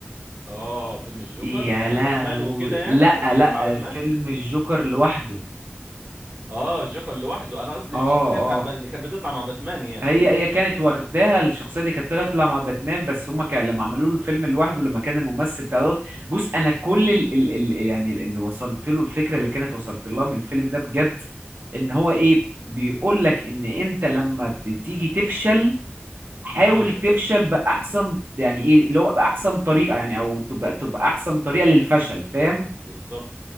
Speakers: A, on the right; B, on the right.
A: اه فيلم الجوكر
B: يا
A: ل-
B: لهوي
A: باتمان وكده يعني
B: لا
A: اللي
B: لا
A: كان مع باتمان
B: الفيلم الجوكر لوحده
A: اه الجوكر لوحده انا قصدي
B: اه
A: الشخصيه بتاعت
B: اه
A: ب- اللي كانت بتطلع مع باتمان يعني
B: هي هي كانت واخداها الشخصيه دي كانت تطلع مع باتمان بس هما كان لما عملوا له الفيلم لوحده لما كان الممثل بتاع دوت بص انا كل ال ال ال يعني اللي وصلت له الفكره اللي كانت وصلت لها من الفيلم ده بجد ان هو ايه بيقول لك ان انت لما بتيجي تفشل حاول
A: ايوه
B: تفشل باحسن يعني ايه اللي هو باحسن طريقه يعني او تبقى تبقى احسن طريقه للفشل فاهم
A: بالظبط